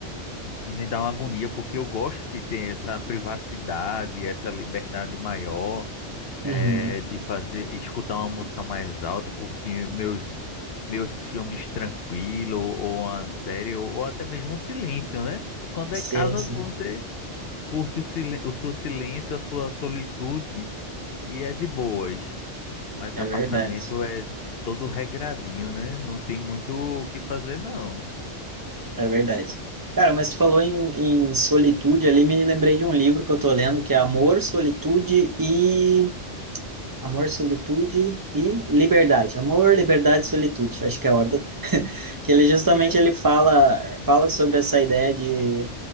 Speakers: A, on the left; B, on the right.
A: me dá uma agonia, porque eu gosto de ter essa privacidade, essa liberdade maior,
B: Uhum.
A: eh, de fazer, escutar uma música mais alta, curtir meus, meus filmes tranquilo, ou uma série, ou, ou até mesmo um silêncio, né? Quando
B: Sim,
A: é casa,
B: sim,
A: você curte o, silen- o seu silêncio, a sua solitude e é de boas. Mas
B: é
A: apartamento
B: verdade.
A: é todo regradinho, né? Não tem muito o que fazer, não.
B: É verdade. Cara, mas tu falou em, em solitude ali, me lembrei de um livro que eu tô lendo que é Amor, Solitude e. Amor, Solitude e Liberdade. Amor, Liberdade e Solitude, acho que é a ordem. <laughs> Que ele justamente
A: E é.
B: ele fala, fala sobre essa ideia de